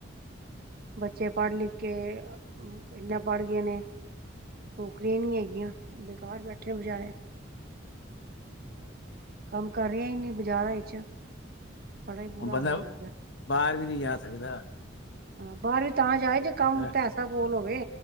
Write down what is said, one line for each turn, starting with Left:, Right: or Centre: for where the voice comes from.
Right: ਬੱਚੇ ਪੜ੍ਹ ਲਿਖ ਕੇ, ਇਨਾ ਪੜ੍ਹ ਗਏ ਨੇ। ਨੌਕਰੀਆਂ ਨਹੀਂ ਹੈਗੀਆਂ, ਬੇਕਾਰ ਬੈਠੇ ਬਚਾਰੇ। ਕੰਮ ਕਰ ਰਿਹਾ ਹੀ, ਨੀ ਬਾਜ਼ਾਰਾਂ ਚ ਬੜਾ ਹੀ ਬੁਰਾ
Left: ਬੰਦਾ
Right: ਹਾਲ ਹੋਇਆ ਪਿਆ।
Left: ਬਾਹਰ ਵੀ ਨਹੀਂ ਜਾ ਸਕਦਾ।
Right: ਹਾਂ ਬਾਹਰ ਵੀ ਤਾਂ ਜਾਏ ਜੇ ਕੰਮ
Left: ਹੈਂ
Right: ਪੈਸਾ ਕੋਲ ਹੋਵੇ,